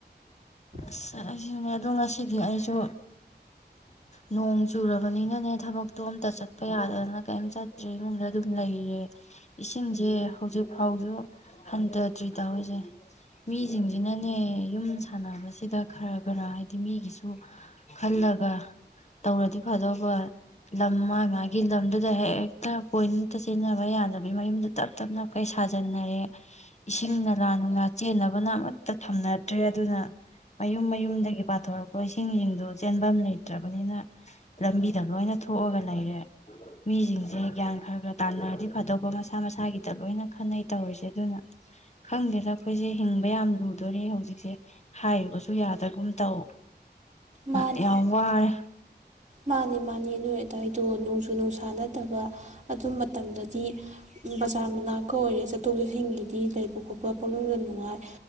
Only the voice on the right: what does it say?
ꯃꯥꯅꯤ
ꯃꯥꯅꯤ ꯅꯣꯏ ꯑꯗꯥꯏ ꯑꯗꯣ ꯅꯣꯡꯖꯨ ꯅꯨꯡꯁꯥ ꯅꯠꯇꯕ ꯑꯗꯨ ꯃꯇꯝꯗꯗꯤ ꯕꯖꯥꯔ ꯃꯅꯥꯀ ꯑꯣꯏꯔꯦ ꯆꯠꯊꯣꯛ ꯆꯠꯁꯤꯟꯒꯤꯗꯤ ꯂꯩ ꯈꯣꯠꯄ ꯄꯨꯛꯅꯤꯡꯗ ꯅꯨꯡꯉꯥꯏ